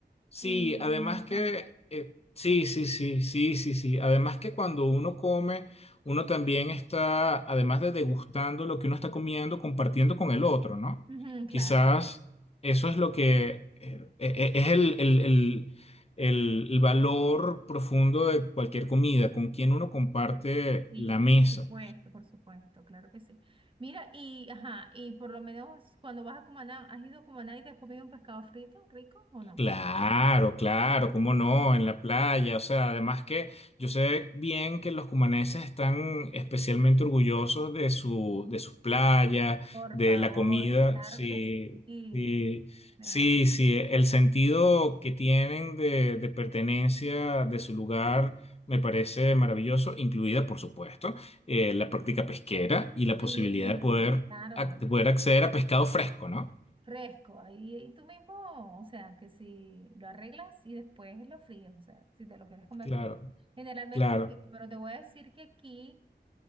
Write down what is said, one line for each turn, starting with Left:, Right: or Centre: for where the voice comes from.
Left: Sí,
Right: y,
Left: además
Right: y me encanta.
Left: que, eh, sí, sí, sí, sí, sí, sí. Además que cuando uno come, uno también está, además de degustando lo que uno está comiendo, compartiendo con el otro, ¿no?
Right: Ujú, claro,
Left: Quizás eso es lo que eh, e- e- es el, el- el- el- el valor profundo de cualquier comida, con quien uno comparte
Right: sí,
Left: la mesa.
Right: por supuesto, por supuesto, claro que sí. Mira, y, ajá, y por lo menos cuando vas a Cumaná, ¿has ido a Cumaná y te has comido un pescado frito rico o no?
Left: Claro, claro, cómo no, en la playa, o sea, además que yo sé bien que los cumaneses están especialmente orgullosos de su, de sus playas,
Right: Por
Left: de
Right: favor,
Left: la comida,
Right: claro
Left: sí,
Right: que sí.
Left: sí,
Right: Demasi-
Left: sí, sí, el sentido que tienen de, de pertenencia de su lugar me parece maravilloso, incluida, por supuesto, eh, la práctica pesquera y la posibilidad
Right: Sí,
Left: de poder,
Right: claro.
Left: ac- de poder acceder a pescado fresco, ¿no?
Right: Fresco, ahí y tú mismo, o sea, que si lo arreglas y después lo fríes, o sea, si te lo quieres comer
Left: Claro,
Right: frío. Generalmente
Left: claro,
Right: es frito, pero te voy a decir que aquí